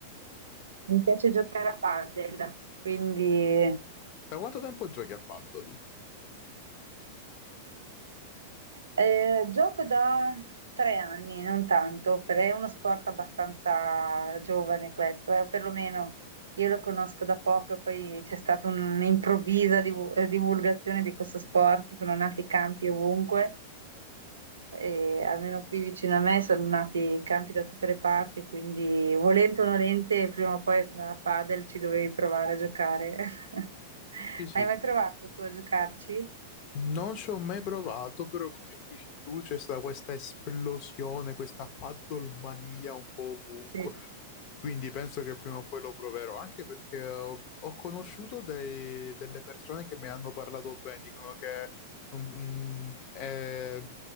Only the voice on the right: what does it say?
Mi piace giocare a padel, quindi
Eh, gioco da tre anni, non tanto, perché è uno sport abbastanza giovane questo, eh, perlomeno io lo conosco da poco e poi c'è stata un'improvvisa divu- eh, divulgazione di questo sport, sono nati campi ovunque, e almeno qui vicino a me sono nati campi da tutte le parti, quindi volente o nolente, prima o poi a padel ci dovevi provare a giocare. <laughs>
Hai mai provato tu a giocarci?
Sì.